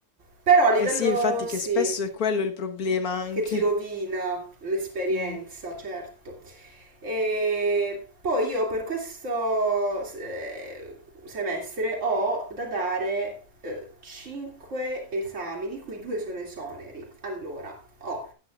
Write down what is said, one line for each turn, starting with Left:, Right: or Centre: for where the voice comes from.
Right: Però a livello
Left: Eh sì, infatti che
Right: sì,
Left: spesso è quello il problema anche.
Right: che ti rovina l'esperienza,
Left: Mm,
Right: certo. E poi io per questo eh, semestre ho da dare 5 esami, di cui due sono esoneri. Allora, ho